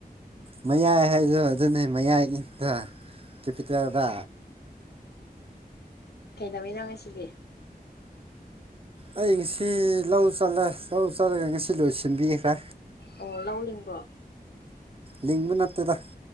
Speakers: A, on the right; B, on the left.
A: ꯃꯌꯥꯏ ꯍꯥꯏꯗꯣ ꯑꯗꯨꯅꯦ ꯃꯌꯥꯏꯒꯤꯗ ꯀꯦꯄꯤꯇꯦꯜꯗ
B: ꯀꯩꯗꯩꯔꯤꯅꯣ ꯉꯁꯤꯗꯤ
A: ꯑꯩ ꯉꯁꯤ ꯂꯧ ꯆꯠꯂꯦ ꯂꯧ ꯆꯠꯂꯒꯥ ꯉꯁꯤ ꯂꯣꯏ ꯁꯤꯟꯕꯤꯈ꯭ꯔꯦ꯫
B: ꯑꯣ ꯂꯧ ꯂꯤꯡꯕ꯭ꯔꯣ
A: ꯂꯤꯡꯕ ꯅꯠꯇꯦꯗ